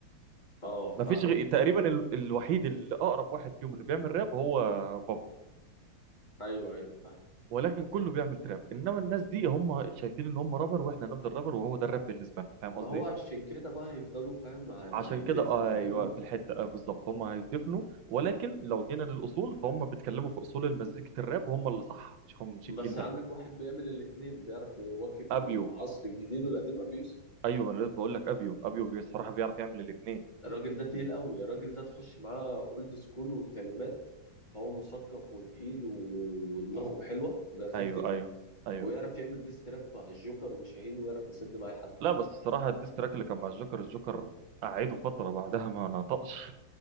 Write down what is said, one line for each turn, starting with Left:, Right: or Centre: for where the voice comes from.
Left: اه فاهم
Right: ما فيش غ... تقريبا ال... الوحيد اللي اقرب واحد فيهم اللي بيعمل راب هو بابلو
Left: ايوه ايوه فاهم
Right: ولكن كله بيعمل تراب انما الناس دي هم شايفين ان هم رابر واحنا نفضل رابر وهو ده الراب بالنسبه لنا فاهم قصدي
Left: ما هو
Right: إيه؟
Left: عشان كده بقى هيفضلوا فاهم ما, هي-
Right: عشان
Left: ما هيدفنوا
Right: كده آه،
Left: فاهمني
Right: ايوه في الحته آه بالظبط هم هيدفنوا ولكن لو جينا للاصول فهم بيتكلموا في اصول المزيكا الراب هم اللي صح مش هم مش
Left: بس
Right: الجيل ده
Left: عندك واحد بيعمل الاتنين بيعرف يواكب
Right: ابيو
Left: العصر الجديد والقديم ابي يوسف
Right: ايوه انا لسه بقول لك ابيو ابيو بي- الصراحه بيعرف يعمل الاثنين
Left: الراجل ده تقيل قوي الراجل ده تخش معاه اولد سكول وكلمات فهو مثقف وتقيل و- ودماغه حلوه وبيعرف
Right: ايوه
Left: يكتب
Right: ايوه ايوه
Left: ويعرف يعمل ديستراك مع الجوكر وشاهين ويعرف يسد مع أي حد
Right: لا بس الصراحه الديستراك اللي كان مع الجوكر الجوكر قعده فتره بعدها ما نطقش